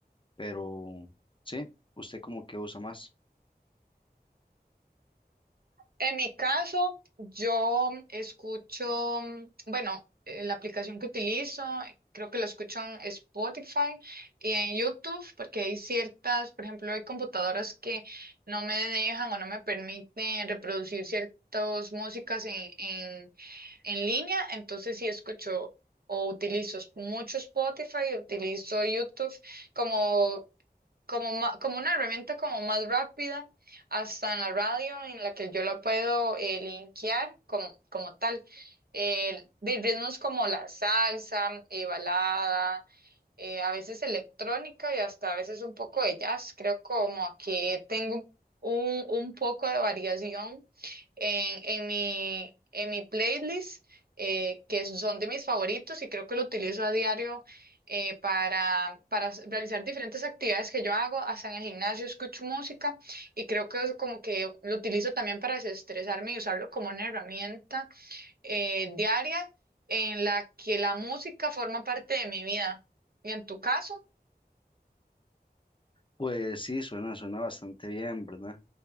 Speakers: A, on the left; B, on the right.
A: Pero sí, ¿usted como que usa más?
B: En mi caso, yo escucho, mm, bueno, eh, la aplicación que utilizo, creo que la escucho en Spotify y en YouTube, porque hay ciertas, por ejemplo, hay computadoras que no me dejan o no me permiten reproducir ciertas músicas en, en, en línea, entonces sí escucho o utilizo mucho Spotify, utilizo YouTube como como, ma- como una herramienta como más rápida, hasta en la radio en la que yo la puedo eh, linkear como, como tal. Eh, de ritmos como la salsa, eh, balada, eh, a veces electrónica y hasta a veces un poco de jazz. Creo como que tengo un, un poco de variación en, en mi, en mi playlist, eh, que son de mis favoritos y creo que lo utilizo a diario. eh, para, para s- realizar diferentes actividades que yo hago, hasta en el gimnasio escucho música y creo que es como que lo utilizo también para desestresarme y usarlo como una herramienta eh, diaria en la que la música forma parte de mi vida. Y en tu caso,
A: Pues sí, suena, suena bastante bien, ¿verdad?